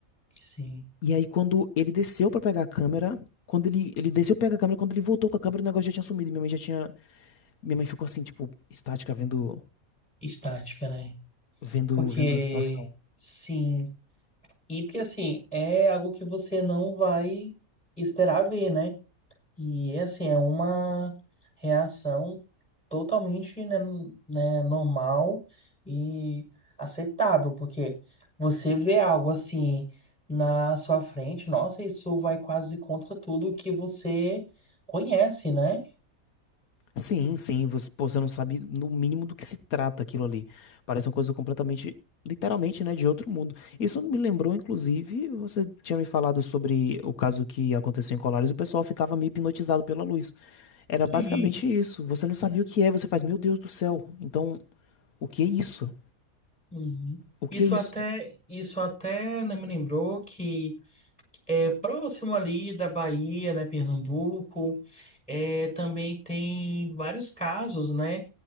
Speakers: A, in the centre; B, on the left.
A: sim.
B: E aí quando ele desceu pra pegar a câmera, quando ele, ele desceu pra pegar a câmera, quando ele voltou com a câmera, o negócio já tinha sumido, minha mãe já tinha, minha mãe ficou assim, tipo, estática, vendo,
A: Estática, né?
B: vendo,
A: Porque,
B: vendo a situação.
A: sim. E porque assim, é algo que você não vai esperar ver, né? E assim, é uma reação totalmente, né, n- né, normal e aceitável, porque você vê algo assim na sua frente, nossa, isso vai quase contra tudo que você conhece, né?
B: Sim, sim, você, pô, você não sabe no mínimo do que se trata aquilo ali. Parece uma coisa completamente, literalmente, né, de outro mundo. Isso me lembrou, inclusive, você tinha me falado sobre o caso que aconteceu em Colares, o pessoal ficava meio hipnotizado pela luz. Era basicamente
A: Sim.
B: isso. Você não sabia o que é, você faz, meu Deus do céu. Então, o que é isso?
A: Uhum.
B: O
A: Isso
B: que é isso?
A: até, isso até né, me lembrou que é, próximo ali da Bahia, né, Pernambuco. É, também tem vários casos, né?